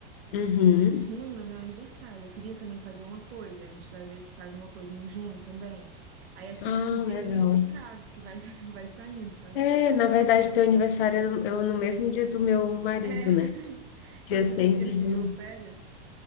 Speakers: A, on the left (about 65°); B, on the right (about 75°).
A: Uhum.
B: E junho é meu aniversário. Eu queria também fazer uma coisa. A gente vai ver se faz uma coisa em junho também. Aí é tipo
A: Ah,
B: os diazinhos
A: legal.
B: picados que vai, <laughs> vai saindo, sabe?
A: É, na verdade, teu aniversário é no, eu no mesmo dia do meu marido,
B: É, <laughs>
A: né? Dia
B: foi
A: 6
B: por isso que ele
A: de
B: pediu
A: junho.
B: férias?